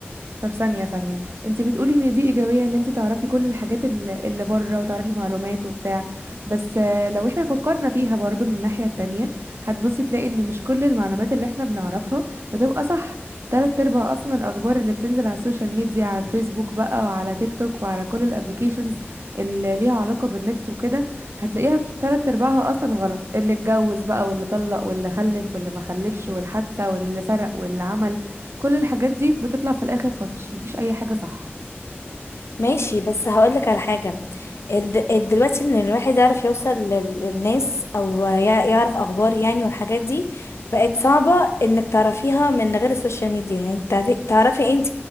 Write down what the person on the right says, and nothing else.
طب ثانية ثانية انت بتقولي ان دي ايجابية ان انت تعرفي كل الحاجات اللي, اللي بره وتعرفي معلومات وبتاع بس آه، لو احنا فكرنا فيها برضو من الناحية التانية هتبصي تلاقي ان مش كل المعلومات اللي احنا بنعرفها بتبقى صح تلات ارباع اصلا الاخبار اللي بتنزل على السوشيال ميديا على الفيسبوك بقى وعلى تيك توك وعلى كل الابليكيشنز اللي ليها علاقة بالنت وكده هتلاقيها تلات ارباعها اصلا غلط اللي اتجوز بقى واللي طلق واللي خلف واللي ما خلفش والحادثة واللي سرق واللي عمل كل الحاجات دي بتطلع في الاخر فتش مفيش اي حاجه صح